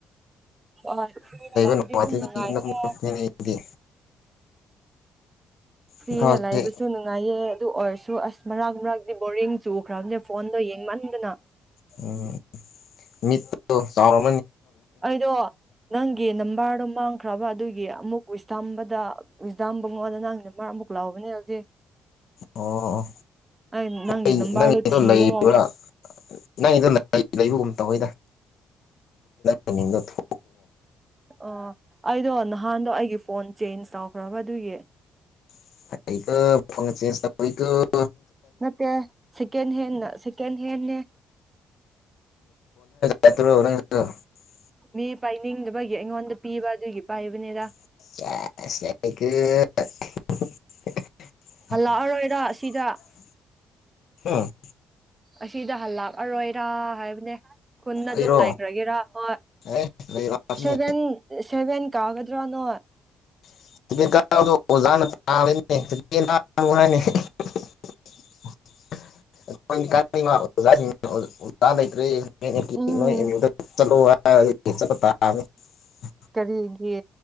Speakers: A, on the right; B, on the left.
A: ꯑꯒ ꯂꯗꯤ
B: ꯅꯨꯡꯉꯥꯏꯇꯒꯤ
A: ꯑꯗꯨꯝ ꯃꯉꯥꯏꯔ
B: ꯌꯨꯝꯗ ꯀꯨꯝꯂꯛꯄꯅꯦ ꯑꯩꯗꯤ
A: ꯁꯤꯗ
B: ꯏꯝꯐꯥꯜꯁꯦ
A: ꯂꯩꯕꯁꯨ ꯅꯨꯡꯉꯥꯏꯌꯦ ꯑꯗꯨ ꯑꯣꯏꯔꯁꯨ ꯑꯁ ꯃꯔꯛ ꯃꯔꯛꯇ ꯕꯣꯔꯤꯡ ꯆꯨꯈ꯭ꯔꯕꯅꯦ ꯐꯣꯟꯗꯣ ꯌꯦꯡꯃꯟꯗꯅ
B: ꯎꯝ ꯃꯤ ꯆꯥꯎꯔ
A: ꯑꯩꯗꯣ ꯅꯪꯒꯤ ꯅꯝꯕꯔꯗꯣ ꯃꯥꯡ ꯈ꯭ꯔꯕ ꯑꯗꯨꯒꯤ ꯑꯃꯨꯛ ꯎꯁꯊꯝꯕꯗ ꯎꯁꯊꯝꯕ ꯉꯣꯗ ꯅꯪꯅ ꯃꯔꯛ ꯑꯃꯨꯛ ꯂꯥꯎꯕꯅꯦ ꯍꯧꯖꯤꯛ
B: ꯑꯣ ꯑꯣ
A: ꯑꯩ ꯅꯪꯒꯤ
B: ꯅ
A: ꯅꯝꯕꯔꯗꯣ
B: ꯅꯪꯒꯤꯗꯣ
A: ꯊꯤꯔꯒ
B: ꯂꯩꯕ꯭ꯔꯥ ꯅꯪꯒꯤꯗꯣ ꯂꯩꯕꯒꯨꯝ ꯇꯧꯋꯤꯗ ꯇ ꯃꯤꯗ ꯊꯣ
A: ꯑꯣ ꯑꯩꯗꯣ ꯅꯍꯥꯟꯗꯣ ꯑꯩꯒꯤ ꯐꯣꯟ ꯆꯦꯟꯖ ꯆꯥꯎꯈ꯭ꯔꯕ ꯑꯗꯨꯒꯤ
B: <inaudible>
A: ꯅꯥꯠꯇꯦꯍꯦ ꯁꯦꯀꯦꯟ ꯍꯦꯟꯅꯥ ꯁꯦꯀꯦꯟꯍꯦꯟ ꯅꯦ
B: ꯌꯥꯠꯇꯔꯣ <unintelligible> <inaudible>
A: ꯃꯤ ꯄꯥꯏꯅꯤꯡꯗꯕꯒꯤ ꯑꯩꯉꯣꯟꯗ ꯄꯤꯕ ꯑꯗꯨꯒꯤ ꯄꯥꯏꯕꯅꯤꯗ
B: <unintelligible>
A: ꯍꯜꯂꯛꯑꯔꯣꯏꯔ ꯑꯁꯤꯗ
B: ꯑꯥ <unintelligible>
A: ꯑꯁꯤꯗ ꯍꯜ ꯂꯥꯛꯑꯔꯣꯏꯔ ꯍꯥꯏꯕꯅꯦ ꯈꯨꯟꯗ
B: ꯑꯩꯔꯣ
A: ꯑꯗꯨꯝ ꯂꯩꯈ꯭ꯔꯒꯦꯔ ꯍꯣꯏ
B: ꯑꯦ ꯂꯩꯔꯥꯛꯅꯤ
A: ꯁꯚꯦꯟ ꯁꯦꯚꯦꯟ ꯀꯥꯒꯗ꯭ꯔꯥ ꯅꯣꯏ
B: ꯑꯣꯖꯅ ꯑꯣꯖꯥ ꯂꯩꯇ꯭ꯔꯦ <unintelligible> <unintelligible> ꯆꯂ ꯇꯥꯕꯦ
A: ꯎꯝ
B: <unintelligible> <inaudible>
A: ꯀꯔꯤꯒꯤ